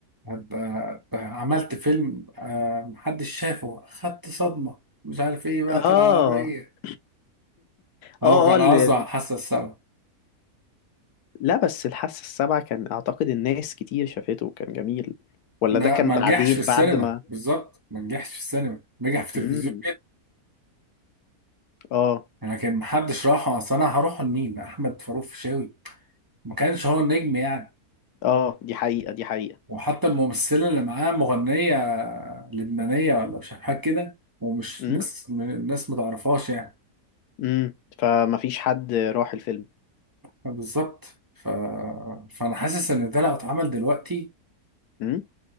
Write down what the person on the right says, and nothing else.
هبقى- عملت فيلم آه، محدش شافه خدت صدمة مش عارف ايه بقى
العربية
هو
كان
قصده على الحاسة السابعة
ما
ما
نجحش في السينما
بالظبط ما نجحش في السينما نجح في
التلفزيون
انا كان محدش راح اصل انا هروح لمين احمد فاروق فيشاوي ما كانش هو النجم يعني
وحتى الممثله اللي معاه مغنيه لبنانيه ولا مش عارف حاجه كده ومش
ناس الناس ما تعرفهاش يعني
بالظبط ف... فانا حاسس ان ده لو اتعمل دلوقتي